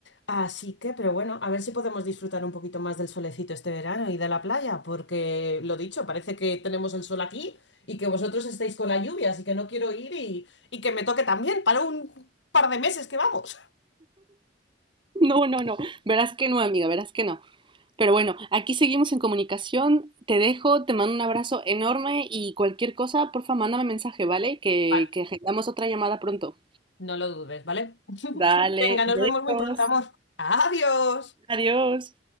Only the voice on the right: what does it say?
No, no, no. Verás que no, amiga, verás que no. Pero bueno, aquí seguimos en comunicación. Te dejo, te mando un abrazo enorme y cualquier cosa, porfa, mándame mensaje, ¿vale? Que,
que agendamos otra llamada pronto.
Dale,
besos,
adiós.